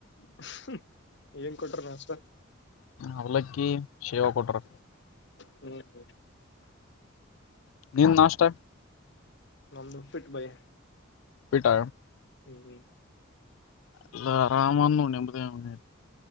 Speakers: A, on the left (about 60°); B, on the left (about 80°).
A: <unintelligible> ಏನೇನ್ ಕೊಟ್ರ ನಾಷ್ಟ.
B: ಅವಲಕ್ಕಿ ಸೇವಾ ಕೊಟ್ಟಾರ
A: ಹ್ಮ ಹ್ಮ
B: ನಿಂದ ನಾಷ್ಟ
A: ನಮ್ದ್ ಉಪ್ಪಿಟ್ ಭೈ
B: ಉಪ್ಪಿಟ್
A: ಟಿವಿ
B: ಎಲ್ಲ ಆರಾಮದ ನೋಡ ನಿಮ್ಮದ ಮನಿ